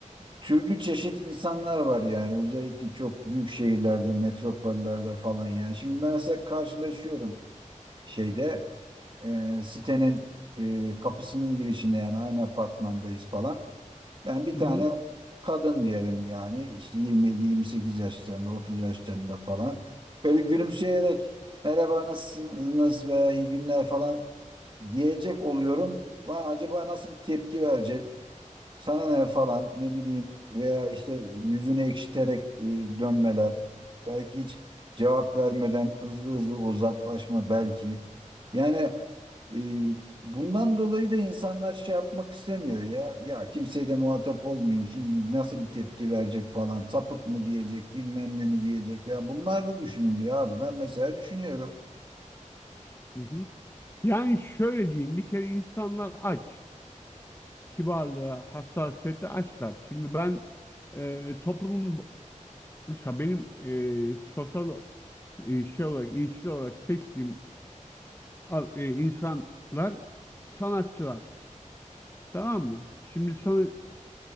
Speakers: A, on the right; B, on the left.
A: türlü çeşit insanlar var yani özellikle çok büyük şehirlerde, metropollerde falan yani. Şimdi ben mesela karşılaşıyorum şeyde e, sitenin e, kapısının girişinde yani aynı apartmandayız falan. Yani bir
B: Hı
A: tane
B: hı,
A: kadın diyelim yani işte 27-28 yaşlarında 30 yaşlarında falan böyle gülümseyerek merhaba nasılsınız veya iyi günler falan diyecek oluyorum. Ben acaba nasıl bir tepki verecek? Sana ne falan ne bileyim veya işte yüzünü ekşiterek e, dönmeler. Belki hiç cevap vermeden hızlı hızlı uzaklaşma belki. Yani e, bundan dolayı da insanlar şey yapmak istemiyor ya. Ya kimseye de muhatap olmayayım. Şimdi nasıl bir tepki verecek falan. Sapık mı diyecek bilmem ne mi diyecek. Ya bunlar da düşünülüyor abi. Ben mesela düşünüyorum.
B: hı hı. Yani şöyle diyeyim, bir kere insanlar aç. Kibarlığa, hassasiyete açlar. Şimdi ben e, toplumun, mesela benim e, sosyal e, şey olarak, ilişki olarak seçtiğim al- e, insanlar sanatçılar. Tamam mı? Şimdi sana,